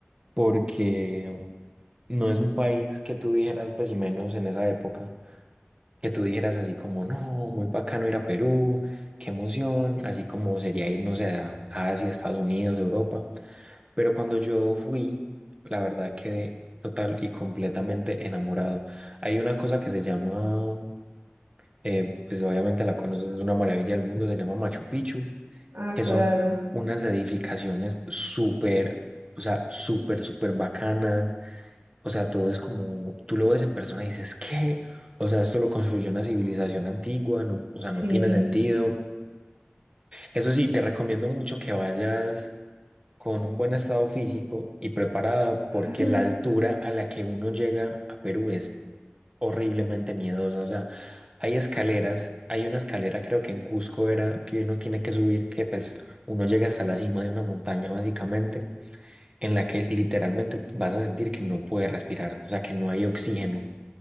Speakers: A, on the right (about 25°); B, on the right (about 80°).
A: porque no es un país que tú dijeras, pues y menos en esa época, que tú dijeras así como, no, muy bacano ir a Perú, qué emoción, así como sería ir, no sé, a Asia, Estados Unidos, Europa. Pero cuando yo fui, la verdad quedé total y completamente enamorado. Hay una cosa que se llama, eh, pues obviamente la conoces, es una maravilla del mundo, se llama Machu Picchu,
B: Ah,
A: que
B: claro,
A: son unas edificaciones súper, o sea, súper, súper bacanas. O sea, todo es como, tú lo ves en persona y dices, ¿qué? O sea, esto lo construyó una civilización antigua, no- o sea,
B: sí.
A: no tiene sentido. Eso sí, te recomiendo mucho que vayas con un buen estado físico y preparado,
B: <laughs>
A: porque la altura a la que uno llega a Perú es horriblemente miedosa. O sea, hay escaleras, hay una escalera creo que en Cusco era que uno tiene que subir, que pues uno llega hasta la cima de una montaña básicamente, en la que literalmente vas a sentir que no puedes respirar, o sea, que no hay oxígeno